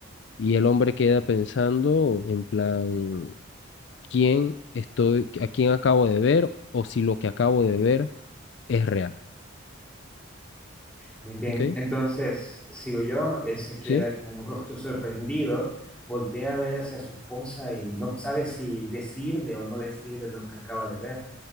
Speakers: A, on the left (about 60°); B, in the centre.
A: Y el hombre queda pensando en plan, quién estoy, a quién acabo de ver o si lo que acabo de ver es real.
B: muy bien.
A: ¿Ok?
B: Entonces, sigo yo. Él se queda
A: Sí.
B: con un rostro sorprendido, voltea a ver hacia su esposa y no sabe si decirle o no decirle lo que acaba de ver.